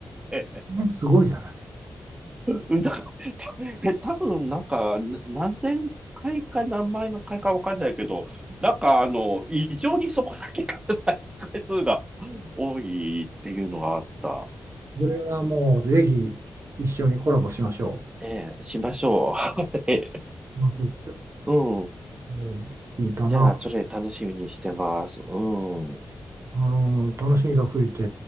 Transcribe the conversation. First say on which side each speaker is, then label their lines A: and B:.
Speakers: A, on the right; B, on the right.
A: <laughs>
B: んすごいじゃない。
A: うんだえ、多分なんか、な何千回か何万の回かわかんないけど、なんかあの、異常にそこだけが再生回数が多いっていうのがあった。
B: これはもうぜひ一緒にコラボしましょ
A: ねえ、しましょう。<laughs> ね
B: う。あそう、
A: うん。
B: うん聞いたな。
A: じゃあ、それ楽しみにしてます。うん。う
B: あの、楽しみが増えて